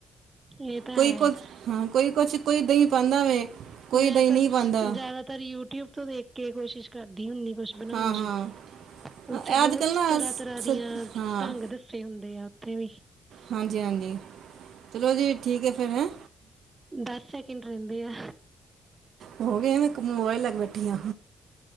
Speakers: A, on the right; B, on the right.
A: ਇਹ ਤਾਂ
B: ਕੋਈ
A: ਹੈ
B: ਕੁਛ ਹਾਂ, ਕੋਈ ਕੁਛ ਕੋਈ ਦਈ ਪਾਦਾ ਵੇ। ਕੋਈ
A: ਮੈਂ
B: ਦਹੀਂ
A: ਤ,
B: ਨਹੀਂ ਪਾਉਂਦਾ
A: ਜਾਦਾਤਰ ਯੂਟਿਊਬ ਤੋ ਦੇਖ ਕੇ ਕੋਸ਼ਿਸ਼। ਕਰਦੀ ਹੁੰਣੀ ਕੋਛ ਬਣਾਓਣ
B: ਹਾਂ ਹਾਂ
A: ਦੀ, ਓਥੇ ਬੋਤ
B: ਅੱਜ ਕੱਲ੍ਹ ਨਾ
A: ਤਰ੍ਹਾਂ-ਤਰ੍ਹਾਂ
B: ਸ
A: ਦੀਆਂ,
B: ਹਾਂ
A: ਟਾਂਗ ਦ ਸੇ ਹੁੰਦੇ ਆ ਓਥੇ ਵੀ।
B: ਹਾਂਜੀ-ਹਾਂਜੀ, ਚਲੋ ਜੀ ਠੀਕ ੲੈ ਫੇਰ ਹੈ।
A: ਦੱਸ ਸੈਕਿੰਡ ਰੈਂਦੇ ਆ।
B: ਹੋਗੇ ਨੇ ਏਕ ਮੋਬਾੲਲ ਲੈ ਕੇ ਬੈਠੀ ਆ।